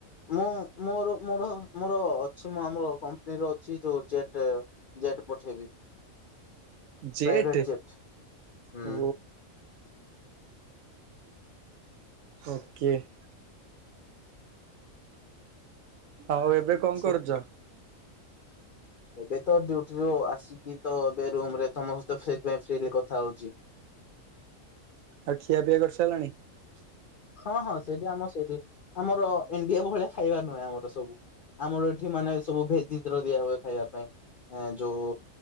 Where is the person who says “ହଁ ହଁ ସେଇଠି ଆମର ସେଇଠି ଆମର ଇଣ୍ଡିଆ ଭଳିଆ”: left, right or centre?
Left